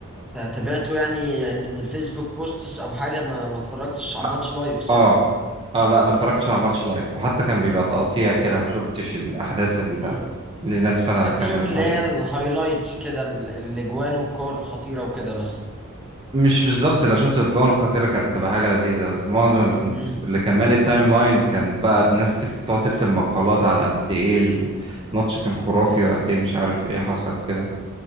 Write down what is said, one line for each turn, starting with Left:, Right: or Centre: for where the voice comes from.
Centre: تابعته يعني من الفيسبوك بوستس او حاجة ما ما اتفرجتش على
Right: ح-
Centre: الماتش لايف صح؟
Right: اه اه لا ما اتفرجتش على ماتش لايف وحتى كان بيبقى تقطيع كده ما شفتش الاحداث ال-
Centre: امم
Right: اللي الناس فعلا
Centre: انا
Right: اتكلمت
Centre: بشوف اللي
Right: عليها
Centre: هي الهايلايتس كده ال- الاجوان والكور الخطيرة وكده بس
Right: مش بالظبط لو شفت الجون الخطيره كانت هتبقى حاجه لذيذه بس معظم اللي كنت
Centre: امم
Right: اللي كان مالي التايم لاين كان بقى الناس بتكت- تقعد تكتب مقالات عن قد ايه الماتش كان خرافي وقد ايه مش عارف ايه حصل كده